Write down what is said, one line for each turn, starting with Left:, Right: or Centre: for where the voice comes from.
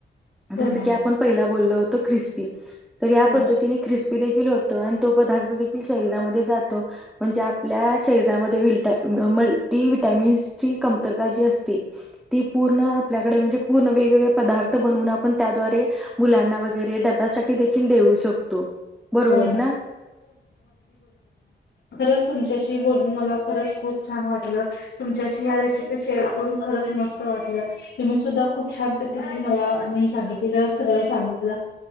Left: हो
Centre: जस
Left: मॅम
Centre: की आपण पहिला बोललो होतो क्रिस्पी तर या
Left: हो
Centre: पद्धतीने ख्रिस्पी देखील होतं आणि तो पदार्थ देखील शरीरामध्ये जात म्हणजे आपल्या शरीरामध्ये विट मल्टी वि्हटॅमिन् ची कमतरता जी असते ती पुर्ण अपल्याकडे म्हणजे पुर्ण वेगवेगळे पदार्थ बनवुन आपण त्यात <unintelligible> मुलांना वगैरे डब्यासाठी देखील देऊ शकतो बरोबर
Left: हो
Centre: ना
Left: खरच तुमच्याशी बोलून मला खरच खूप छान वाटलं तुमच्याशी ह्या रेसिपी शेअर करून खरंच मस्त वाटलं तुम्ही सुद्धा खूप छान पद्धितीने मला सांगितलं सगळं सांगितलं